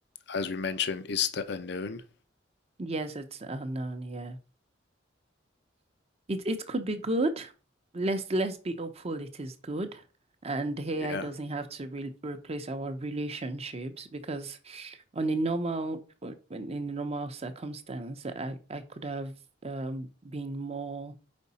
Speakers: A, on the left; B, on the right.
A: as we mentioned, it's the unknown.
B: Yes, it's unknown, yeah. It it could be good. Let's let's be hopeful it is good. And AI
A: Yeah.
B: doesn't have to re replace our relationships because on a normal w- in a normal circumstance, I, I could have um been more